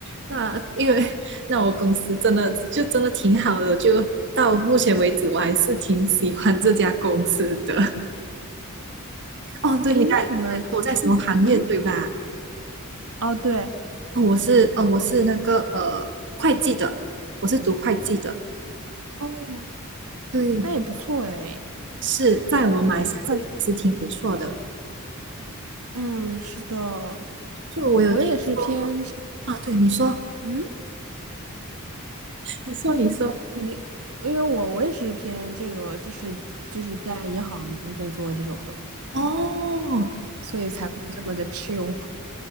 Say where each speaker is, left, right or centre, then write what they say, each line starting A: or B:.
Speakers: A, on the right; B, on the right.
A: 那因为那我公司真的就真的挺好的，就到目前为止我还是挺喜欢这家公司的哦，对，
B: 诶，
A: 你看你看我在什么行业对吧？
B: 那你们同事，嗯，哦，对，
A: 哦，我是哦我是那个呃会计的，我是读会计的，
B: 哦，
A: 对。
B: 那也不错诶。
A: 是在我们马来西亚这里是挺不错的。
B: 嗯，快，嗯，是的，
A: 就我有听说
B: 我也是偏，
A: 啊，对你说
B: 嗯。
A: 你说，你说，
B: 你，因为我我也是偏这个，就是就是在银行工作这种的，
A: 哦，
B: 所以才会这么的 chill。